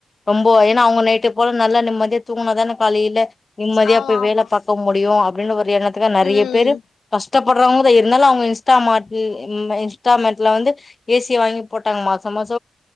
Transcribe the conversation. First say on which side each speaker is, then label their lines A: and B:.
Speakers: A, on the left; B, on the left.
A: ரொம்ப ஏனா அவுங்க நைட்டு போல நல்லா நிம்மதியா தூங்குனாதான காலையில நிம்மதியா
B: ஆமா
A: போய்
B: ஆமா
A: வேல பாக்க முடியு அப்டின்னு ஒரு எண்ணத்துக்கு நிறைய
B: ம்
A: பேரு கஷ்டப் போட்றவங்கதா இருந்தாலு அவுங்க இன்ஸ்டாமாட்டு இன்ஸ்டாமெட்ல வந்து ஏ சிய வாங்கி போட்டாங்க மாச மாச